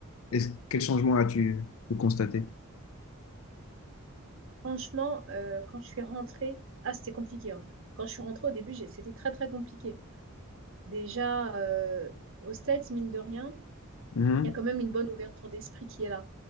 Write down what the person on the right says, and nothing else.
franchement, euh, quand je suis rentrée, ah, c'était compliqué. hein. Quand je suis rentrée au début, j'ai- c'était très, très compliqué. Déjà, euh, aux States, mine de rien,
il y a quand même une bonne ouverture d'esprit qui est là.